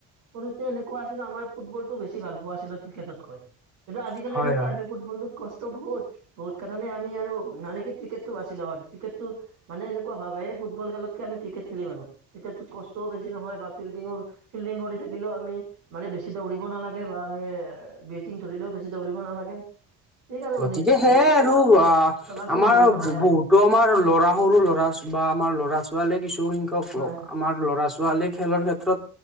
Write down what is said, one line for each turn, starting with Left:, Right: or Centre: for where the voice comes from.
Right: সৰুতে এনেকুৱা আছিলো আমাৰ ফুটবলটো বেছি ভালপোৱা আছিলো ট্ৰিকেটতকৈ। কিন্তু আজিকালি
Centre: হয়
Right: এনেকুৱাহ
Centre: হয়
Right: হৈছে ফুটবলটো কষ্ট বহুত, বহুত কাৰণে আমি আৰু মানে কি টিকেটতটো বাচি লওঁ আৰু টিকেটটো মানে এনেকুৱা কোৱা ভাৱে এই ফুটবল খেলতকে আমি ক্ৰিকেট খেলিম আৰু। ক্ৰিকেটটোত কষ্টও বেছি নহয় বা ফিল্ডিঙৰ ফিল্ডিং কৰি থাকিলেও আমি মানে বেছি দৌৰিব নালাগে বা আমি বেটিং ধৰিলেও বেছি দৌৰিব নালাগে। ঠিক আৰু
Centre: গতিকে
Right: নিজ
Centre: সেয়াই
Right: চলা
Centre: আৰু আ
Right: চলাচল
Centre: আমাৰ
Right: বহুত নহয় আৰু
Centre: বহুতৰ আমাৰ ল'ৰা সৰু ল'ৰা বা আমাৰ ল'ৰা-ছোৱালী কিছু সংখ্যক
Right: হয়
Centre: ল আমাৰ ল'ৰা-ছোৱালীয়ে খেলৰ ক্ষেত্ৰত